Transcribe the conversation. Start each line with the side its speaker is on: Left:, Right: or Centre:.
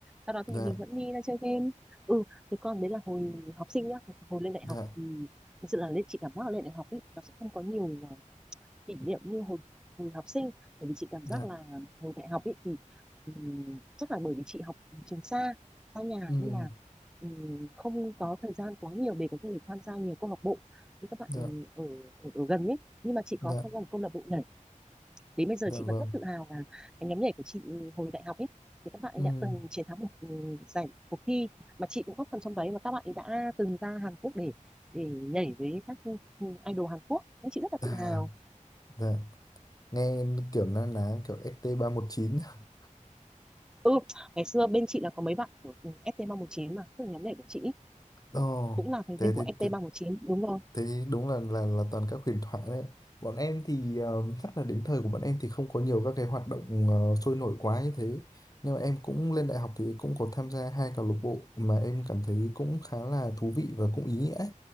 Centre: sau đó thì
Left: dạ
Centre: mình vẫn đi ra chơi game ừ thì con đấy là hồi học sinh nhá hồi lên đại
Left: dạ
Centre: học thì thực sự là lên chị cảm giác là lên đại học ấy nó sẽ không có nhiều ờ, kỷ niệm như hồi, hồi học sinh bởi vì chị cảm
Left: dạ
Centre: giác là hồi đại học ấy thì ừm, chắc là bởi vì chị học trường xa xa nhà
Left: ừ
Centre: nên là ừm, không có thời gian quá nhiều để có thể tham gia nhiều câu lạc bộ như các bạn
Left: dạ
Centre: ở, ở, ở gần ấy nhưng mà chị
Left: dạ
Centre: có tham gia một câu lạc bộ nhảy đến bây giờ
Left: dạ
Centre: chị
Left: vâng
Centre: vẫn rất tự hào là cái nhóm nhảy của chị hồi đại học ấy thì các bạn ấy
Left: ừ
Centre: đã từng chiến thắng một ừm, giải cuộc thi mà chị cũng góp phần trong đấy và các bạn ấy đã từng ra Hàn Quốc để để nhảy với các ừm, idol Hàn Quốc nên chị rất là
Left: dạ
Centre: tự hào
Left: dạ nghe kiểu na ná kiểu st chín <laughs>
Centre: Ừ, ngày xưa bên chị là có mấy bạn của ừ, ST319 mà, tức là nhóm nhảy của chị
Left: Ồ,
Centre: cũng là thành
Left: thế,
Centre: viên của
Left: thế,
Centre: ST319,
Left: thế,
Centre: đúng rồi.
Left: thế đúng là là là toàn các huyền thoại đấy. Bọn em thì ờ, chắc là đến thời của bọn em thì không có nhiều các cái hoạt động ờ, sôi nổi quá như thế. Nhưng mà em cũng lên đại học thì cũng có tham gia hai câu lạc bộ mà em cảm thấy cũng khá là thú vị và cũng ý nghĩa.